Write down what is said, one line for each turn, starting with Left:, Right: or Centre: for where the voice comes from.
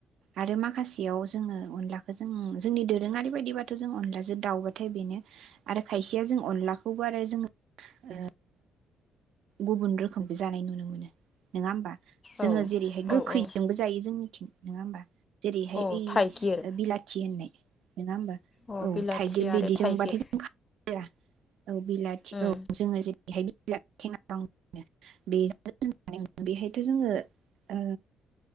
Right: आरो मा खासेयाव जोङो अनलाखौ जों जोंनि दोरोङारि बायदिबाथ जों अनलाजों दाउबाथाय बेनो‌ आरो खायसेया जों अनलाखौबो आरो जों ओ गुबुन रोखोमबो जानाय नुनो मोनो नङा ओमबा? जोङो
Left: औ
Right: जेरैहाय गोखै
Left: औ औ
Right: यि जोंनिथिं नङा ओमबा? जेरैहाय
Left: औ
Right: ओइ
Left: थाइगिर
Right: ओ बिलाथि होननाय। नोङा ओमबा
Left: अ
Right: औ
Left: बिलाथि
Right: थाइगिर
Left: आरो
Right: बिदिजोंबाथाय
Left: थाइगिर
Right: जों खाया। औ बिलाथि
Left: उम
Right: औ जोङो जे <unintelligible> बेहायथ जोङो ओ